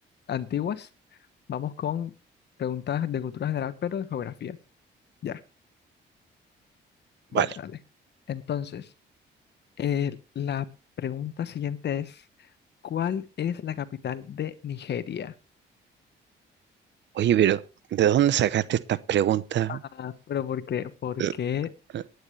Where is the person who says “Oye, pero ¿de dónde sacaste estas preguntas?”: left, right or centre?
Right